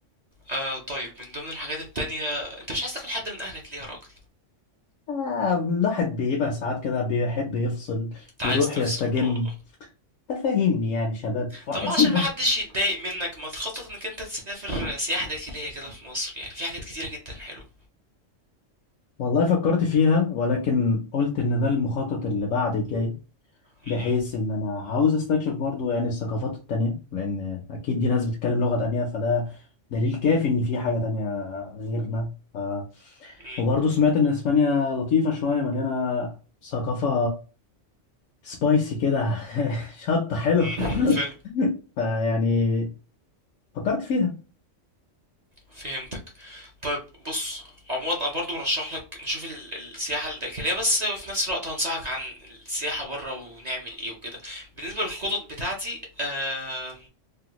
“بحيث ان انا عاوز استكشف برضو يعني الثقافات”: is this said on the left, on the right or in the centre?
Left